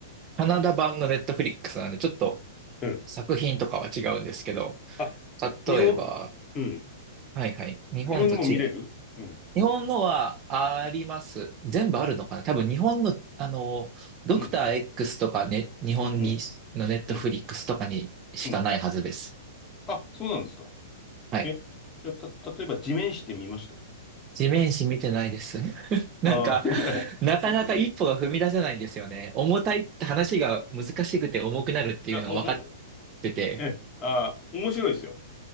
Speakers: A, on the right; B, on the left.
A: カナダ版のネットフリックスなんで、ちょっと
B: うん。
A: 作品とかは違うんですけど、
B: あ、日本、
A: 例えば、
B: うん。
A: はいはい。日本と違う。
B: 日本のも見れるうん。
A: 日本語はあります。全部あるのかな多分日本の、あの、ドクター
B: うん。
A: X とかね、日本にのネットフリックスとかにしかないはずです。
B: うん。うん。うん。うんあ、そうなんですか。
A: はい。
B: え、じゃあ、た、例えば地面師って見ました
A: 地面師見てないです。<laughs> なんか、
B: あああ、<laughs>
A: なかなか一歩が踏み出せないんですよね。
B: い
A: 重たいって話が難しくて重くなるっていうのが分かっ
B: やお、お、
A: てて。
B: え、あー、面白いですよ。